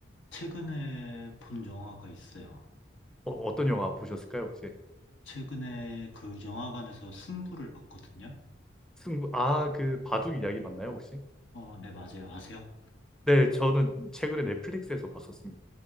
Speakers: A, on the left; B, in the centre.
A: 최근에 본 영화가 있어요.
B: 어, 어떤 영화 보셨을까요, 혹시?
A: 최근에 그 영화관에서 승부를 봤거든요.
B: 승부, 아, 그 바둑 이야기 맞나요, 혹시?
A: 어, 네, 맞아요. 아세요?
B: 네, 저는 최근에 넷플릭스에서 봤었습니다.